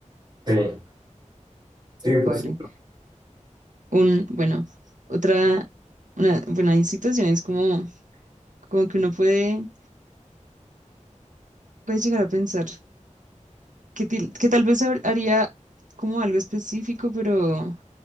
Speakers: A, on the right (about 30°); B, on the right (about 80°).
A: Sí, sí,
B: Vale.
A: pues,
B: Un, bueno, otra, una, bueno, hay situaciones como, como que uno puede, puede llegar a pensar que, til- que tal vez habr- haría como algo específico, pero